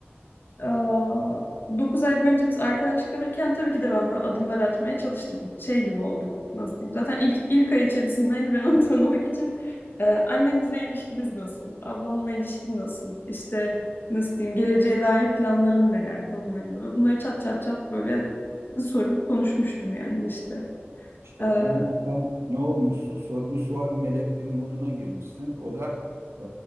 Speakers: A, on the left; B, on the right.
A: Aa, 9 ay boyunca biz arkadaş kalırken tabii ki de ben böyle adımlar atmaya çalıştım. Şey gibi oldu. Nasıl diyeyim? Zaten ilk ilk ay içerisinde hani ben onu <laughs> tanımak için e, annenizle ilişkiniz nasıl? Ablanla ilişkin nasıl? İşte nasıl diyeyim? Geleceğe dair planların neler falan. Hani böyle bunları çat çat çat böyle sorup konuşmuştum yani işte.
B: İşte
A: Ee,
B: o zaman sen ne olmuşsun? Sorgu sual melekleri moduna girmişsin. O da e,